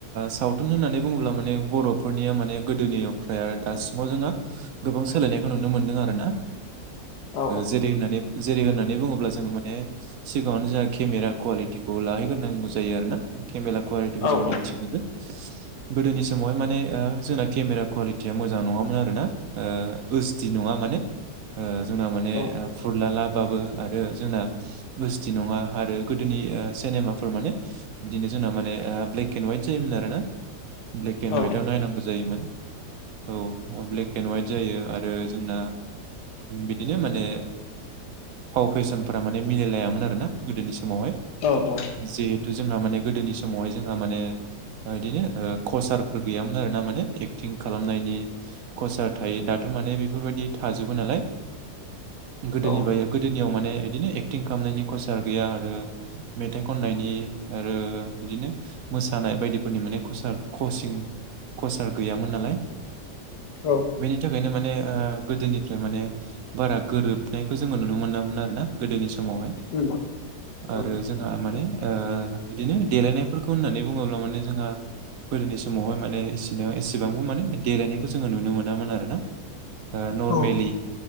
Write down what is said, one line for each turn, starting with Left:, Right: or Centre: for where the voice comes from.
Right: सावथुन होननानै बुङोब्ला माने बर' फोरनिया माने गोदोनिफ्राय दासिमाव जोङो गोबां सोलायनायखौ नुनो मोन्दों आर ना।
Left: औ
Right: जेरै होननानै जेरै होननानै होननानै बुङोब्ला जोङो माने सिगाङावनो जोंहा केमेरा कुवालिटिखौ लाहैग्रोनांगौ जायो आरोना? केमेरा कुवालिटिखौ
Left: औ
Right: जों मिथिग्रो
Left: औ
Right: गोदोनि समावहाय माने जोंना केमेरा कुवालिटिया मोजां नङामोन आरोना ओसडि नङा माने जोंना माने
Left: औ
Right: फुरला ला बाबो आरो जोंना गुस्थि नङा आरो गोदोनि सिनेमाफोर माने बिदिनो जोंना माने ब्लेक एन्ड हवाइट जायोमोन आरो ना? ब्लेक एन्ड
Left: औ
Right: हवाइटआव नायनांगौ जायोमोन। औ ब्लेक एन्ड हवाइट जायो आरो जोंना बिदिनो माने फाव फेसनफोरा माने मिलायलायामोन आरो ना गोदोनि समावहाय
Left: औ औ
Right: जिहेथु जोंहा माने गोदोनि समावहाय जोंहा माने बिदिनो कचारफोर गैयामोन आर ना माने एक्टिभ खालामनायनि खसार थायो दाथ' माने बेफोरबायदि थाजोबो नालाय। गोदोनि
Left: औ
Right: ब गोदोनियाव माने बिदिनो एकटिं खालामनायनि खसार गैया आरो। मेथाइ खननायनि आरो बिदिनो मोसानाय बायदिफोरनि माने कच कचिं कचार गैयामोन नालाय
Left: औ
Right: बेनि थाखायनो माने माने गोदोनिफ्राय माने बारा गोरोबनायखौ जोङो नुनो मोनामोन आरो ना? गोदोनि समावहाय
Left: उम
Right: आरो
Left: औ
Right: जोंहा माने बिदिनो देलायनायफोरखौ होननानै बुङोब्ला माने जोंहा गोदोनि समावहाय माने एसेबांबो माने देलायनायखौ जोङो नुनो मोनामोन आर ना। नर्मेलि
Left: औ